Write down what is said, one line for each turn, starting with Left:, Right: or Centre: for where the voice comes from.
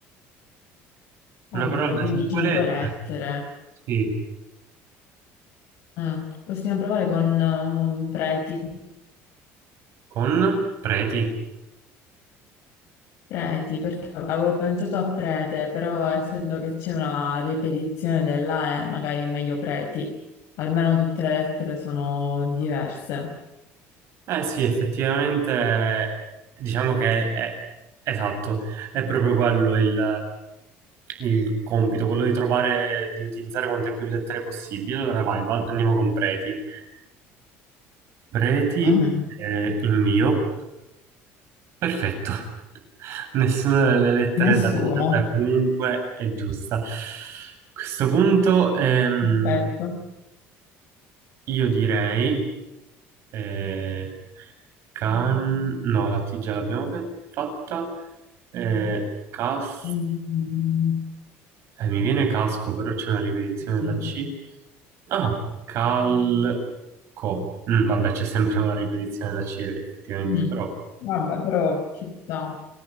Left: Allora,
Right: Una parola da
Left: quindi
Right: cinque
Left: cinque
Right: lettere?
Left: lettere.
Right: Sì,
Left: Mm, Possiamo provare con um, preti.
Right: con preti.
Left: Preti, perché avevo pensato a prete, però essendo che c'è una ripetizione della E, magari è meglio preti, almeno tutte le lettere sono diverse.
Right: Eh sì, effettivamente, eh, diciamo che è, esatto, è proprio quello il, eh, il compito, quello di trovare, di utilizzare quante più lettere possibile. Allora vai, va- andiamo con preti. Preti,
Left: Mhm.
Right: eh, il mio, perfetto. <laughs> Nessuna delle lettere
Left: Nessuno.
Right: da scelta comunque è giusta. A questo punto, ehm,
Left: Perfetto.
Right: io direi. Eh, can... No, la T già l'abbiamo fe- fatta. Eh, cas...
Left: Mm.
Right: eh, mi viene casco, però c'è una ripetizione della
Left: Mm.
Right: C. Ah, calco. Mm, vabbè, c'è sempre una ripetizione della C, effettivamente,
Left: Mm.
Right: però...
Left: Vabbè, però Città,